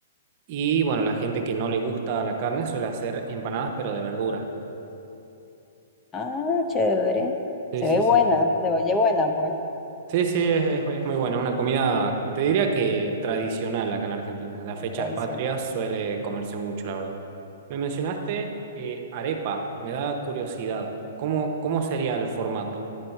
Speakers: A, on the right (about 45°); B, on the left (about 15°).
A: Y bueno, la gente que no le gusta la carne suele hacer empanadas, pero de verduras.
B: Ah, chévere.
A: Sí,
B: Se
A: sí,
B: ve buena,
A: sí.
B: se oye buena, pues.
A: Sí, sí, es, es- es muy buena. Una comida, te diría que tradicional acá en Argentina. Las fechas
B: Tradicional.
A: patrias suele comerse mucho, la verdad. Me mencionaste eh, arepa, me da curiosidad. ¿Cómo, cómo sería el formato?